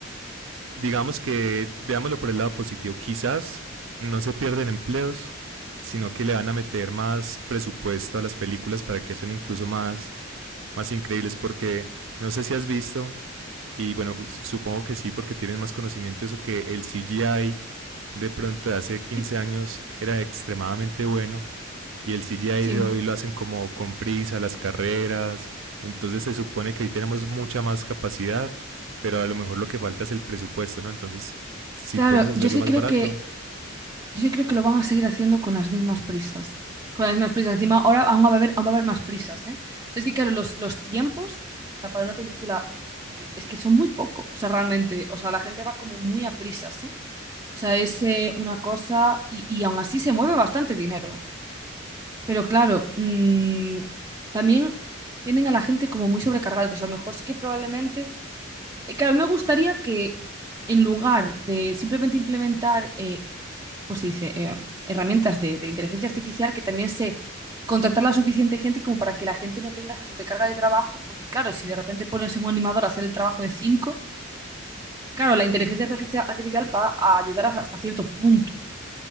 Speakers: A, on the right; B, on the right.
A: digamos que veámoslo por el lado positivo, quizás no se pierden empleos, sino que le van a meter más presupuesto a las películas para que sean incluso más, más increíbles, porque no sé si has visto, y bueno, supongo que sí, porque tienes más conocimiento de eso, que el CGI de pronto de hace 15
B: Y-
A: años era extremadamente bueno y el CGI
B: sí.
A: de hoy lo hacen como con prisa, las carreras. Entonces se supone que ahí tenemos mucha más capacidad, pero a lo mejor lo que falta es el presupuesto, ¿no? Entonces, sí
B: Claro,
A: podemos hacerlo
B: yo sí
A: más
B: creo
A: barato.
B: que, yo sí creo que lo van a seguir haciendo con las mismas prisas. Con las mismas prisas. Encima, ahora aún va a haber, aún va a haber más prisas, ¿eh? O sea, es que claro, los, los tiempos o sea, para una película eh, es que son muy poco. O sea, realmente, o sea, la gente va como muy a prisas, ¿eh? O sea, es eh, una cosa y, y aún así se mueve bastante dinero, ¿eh? Pero claro, mm, también tienen a la gente como muy sobrecargada. Entonces, a lo mejor sí que probablemente... eh, claro, me gustaría que en lugar de simplemente implementar, eh, ¿cómo se dice?, eh, herramientas de, de inteligencia artificial, que también se contratar la suficiente gente como para que la gente no tenga esa sobrecarga de trabajo. Porque claro, si de repente pones en un animador a hacer el trabajo de cinco... Claro, la inteligencia artificia- artificial va a ayudar hasta hasta cierto punto,